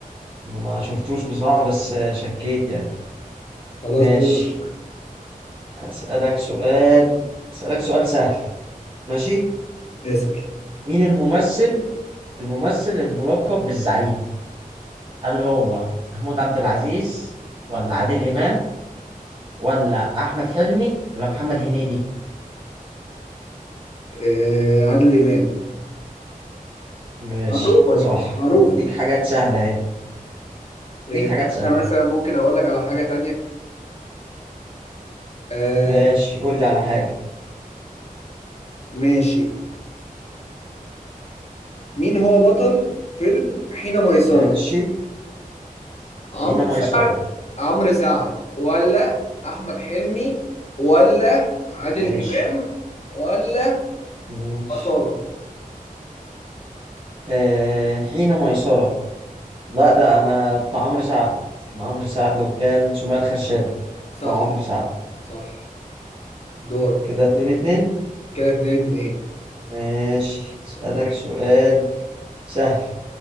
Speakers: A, on the right; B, on the left.
A: انا ما شفتوش بصراحة بس آه، شكيت يعني
B: خلاص
A: ماشي
B: دول
A: اسالك سؤال اسالك سؤال سهل ماشي
B: اسأل
A: مين الممثل الممثل الملقب بالزعيم هل هو محمود عبد العزيز ولا عادل امام ولا احمد حلمي ولا محمد هنيدي
B: آه عادل إمام
A: ماشي
B: معروفة
A: صح
B: دي معروفة
A: ديك حاجات سهلة اهي ديك
B: آه،
A: حاجات سهلة
B: استنى مثلا ممكن أقول لك على حاجة تانية آه
A: ماشي قول لي على حاجة
B: ماشي مين هو بطل فيلم حين ميسرة
A: ماشي حين
B: عمرو
A: ميسرة
B: سعد عمرو سعد ولا أحمد حلمي ولا عادل
A: ماشي
B: إمام ولا
A: ماشي
B: أصالة
A: آه حين ميسرة لا ده أنا بتاع عمرو سعد كان عمرو سعد وكان سمية الخشاب
B: صح
A: بتوع عمرو سعد
B: صح دورك
A: كده اتنين اتنين
B: كده اتنين اتنين
A: ماشي أسألك سؤال سهل